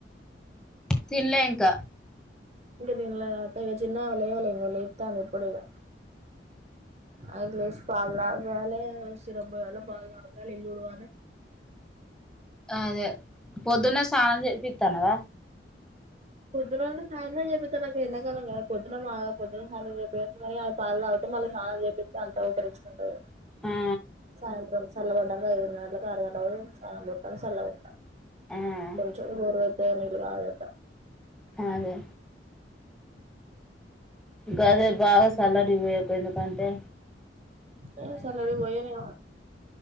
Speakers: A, in the centre; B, on the right.
A: తిన్లే ఇంక
B: ఇంకా తినాలేక్క ఇగ చిన్నమె లేవలే ఇంకా లేత్తంది ఇప్పుడే ఇగా ఆ లేస్ పాల్ తగ్ వాలే సిరబోయలే పాల్ తగ్ త ఇల్లుడువలె
A: అదే పొద్దున్న స్నానం చెపిత్తన్నవ
B: పొద్దున అంటే సాయంత్రం చెపిత్తరు. నాకు ఎంతకాలం కదా పొద్దున బాగా పోద్దున స్నానం చెత్తే కానీ పాల్తగుతం మళ్ళా సానాం చేపిత్తే అంత ఉబ్బరిచ్చుకుంటది.
A: ఆ
B: సాయంత్రం స్ చల్లపడ్డాంకా ఐదు గంటలెత్త ఆరు గంటలకు సానం చెత్త చల్లబడుత
A: ఆ
B: కొంచెం గోర్ ఏ నిది కదప్ప
A: అగే
B: అ
A: గదే బాగా సల్లటి పోయపోయినవు కంటే
B: హే సల్లటి పోయలే